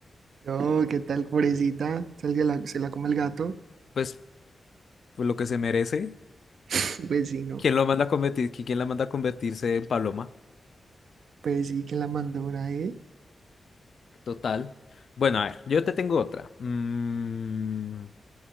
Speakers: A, on the right; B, on the left.
A: No, ¿qué tal, pobrecita? Tal que la- se la come el gato.
B: Pues, pues lo que se merece.
A: <laughs> Pues sí, no.
B: ¿Quién lo manda a convertir? qui- ¿Quién la manda a convertirse en paloma?
A: Pues sí, que la mandó una, ¿eh?
B: Total. Bueno, a ver, yo te tengo otra. Mm,